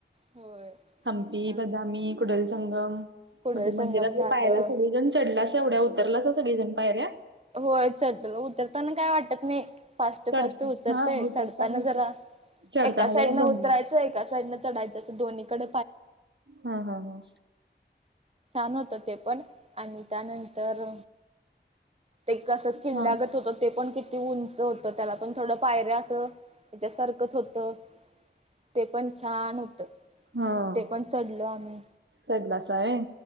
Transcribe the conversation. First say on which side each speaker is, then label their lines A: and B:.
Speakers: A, on the right; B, on the right.
A: होय.
B: हंप्पी,
A: छान
B: बदामी कुडल संंगम,
A: कुडल
B: मते
A: संगम
B: मंदिरात
A: झालं.
B: पायऱ्या चढुगणं चढलासां एवढ्या उतरलासां सगळीजण पायऱ्या
A: होय चढलो बघ, उतरताना काय वाटत नाही. फास्ट,
B: चढता
A: फास्ट उतरतय,
B: हां, उतरताना
A: चढताना जरा,
B: उतर चढताना
A: एका साईडन
B: जरा
A: उतराय
B: दमला.
A: च एका साईडन चढायचं. अस दोन्ही कड
B: हा हा हा
A: छान होत ते पण, आणि त्यानंतर ते कसं किल्लागत
B: हां,
A: होतं. ते पण किती उंच होतं. त्याला पण थोडं पायऱ्या असं हयाच्या सारखंच होतं. ते पण छान होतं.
B: हा,
A: ते पण चढलो आम्ही
B: चढलासा व्हय.